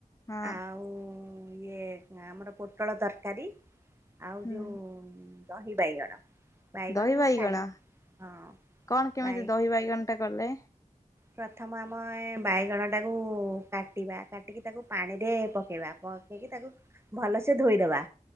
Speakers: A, on the left; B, on the right.
A: ହଁ
B: ଆଉ ଇଏ ଆମର ପୋଟଳ ତରକାରୀ ଆଉ
A: ହୁଁ
B: ଯୋଉ ଦହି ବାଇଗଣ। ବାଇଗଣକୁ
A: ଦହି ବାଇଗଣ
B: ଛାଣେ ହଁ
A: କଣ କେମିତି
B: ବାଇ
A: ଦହି ବାଇଗଣଟା କଲେ।
B: ପ୍ରଥମ ଆମ ଏ ବାଇଗଣଟାକୁ କାଟିବା କାଟିକି ତାକୁ ପାଣିରେ ପକେଇବା ପ ପକେଇକି ତାକୁ ଭଲସେ ଧୋଇଦବା।